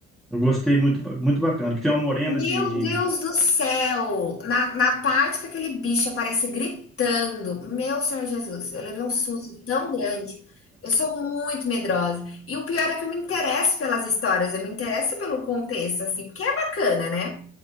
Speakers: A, in the centre; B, on the left.
A: Eu gostei muito, ba- muito bacana. Que tem uma morena
B: Meu
A: de, de,
B: Deus
A: de
B: do céu! Na, na parte que aquele bicho aparece gritando, meu Senhor Jesus, eu levei um susto tão grande. Eu sou muito medrosa. E o pior é que eu me interesso pelas histórias, eu me interesso pelo contexto, assim, porque é bacana, né?